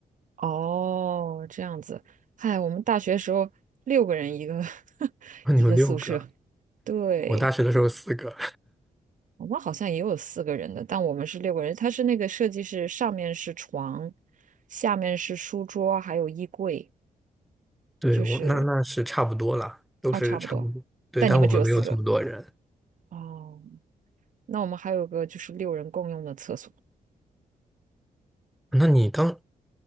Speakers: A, on the right (about 60°); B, in the centre.
A: 哦，这样子。嗨，我们大学时候六个人一个 <laughs>
B: <laughs> 那你们六个，
A: 一个宿舍，对，
B: 我大学的时候四个，
A: 我们好像也有四个人的，但我们是六个人。它是那个设计是上面是床，下面是书桌，还有衣柜，
B: <laughs> 对，
A: 就是
B: 我那那是差不多啦，都是差不多。
A: 哦，差不多。
B: 对，
A: 但你们只有四个
B: 但我们没有这么多人。
A: 哦，那我们还有个就是六人共用的厕所。
B: 那你当，